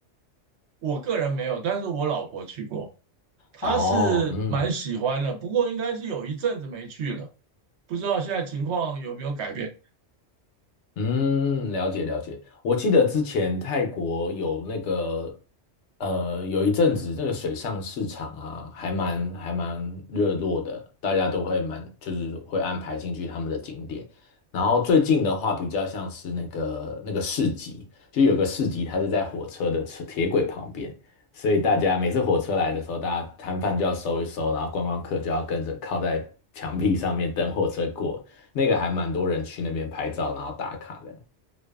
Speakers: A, on the right; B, on the left.
A: 我个人没有，但是我老婆去过，她是蛮喜欢的，
B: 哦，嗯，
A: 不过应该是有一阵子没去了，不知道现在情况有没有改变。
B: 嗯，了解了解。我记得之前泰国有那个，呃，有一阵子那个水上市场啊，还蛮还蛮热络的，大家都会蛮就是会安排进去他们的景点。然后最近的话，比较像是那个那个市集，就有个市集，它是在火车的车铁轨旁边，所以大家每次火车来的时候，大家摊贩就要收一收，然后观光客就要跟着靠在墙壁上面等火车过。那个还蛮多人去那边拍照，然后打卡的。